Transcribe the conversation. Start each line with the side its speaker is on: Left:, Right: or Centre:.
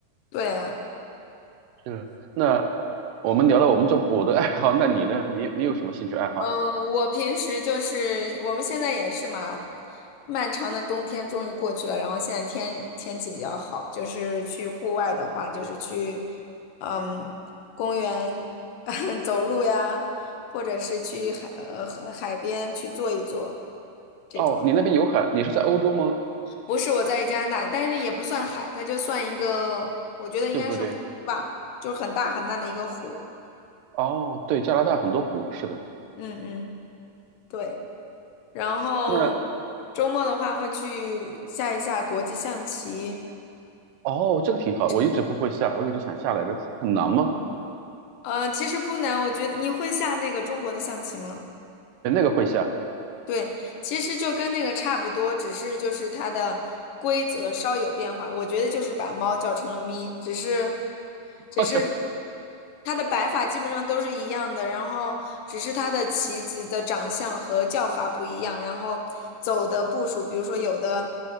Left: 对呀，
Right: 是，那我们聊到我们这我的爱好，那你呢？你你有什么兴趣爱好？
Left: 嗯，我平时就是我们现在也是嘛，漫长的冬天终于过去了，然后现在天天气比较好，就是去户外的话，就是去嗯公园 <laughs> 走路呀，或者是去海呃和海边去坐一坐。这种。
Right: 哦，你那边有海，你是在欧洲吗？
Left: 不是我在加拿大，但是也不算海，它就算一个，我觉得应该是湖吧，
Right: 对不对？
Left: 就是很大很大的一个湖。
Right: 哦，对，加拿大很多湖，是的。
Left: 嗯嗯，对。然后
Right: 那
Left: 周末的话会去下一下国际象棋
Right: 哦，这个挺好，
Left: 什么的。
Right: 我一直不会下，我一直想下来的，很难吗？
Left: 呃，其实不难，我觉得你会下那个中国的象棋吗？
Right: 那个会下，
Left: 对，其实就跟那个差不多，只是就是它的规则稍有变化。我觉得就是把猫叫成了咪，只是，
Right: <laughs>
Left: 只是
Right: 就
Left: 它的摆法基本上都是一样的，然后只是它的棋子的长相和叫法不一样，然后走的步数，比如说有的，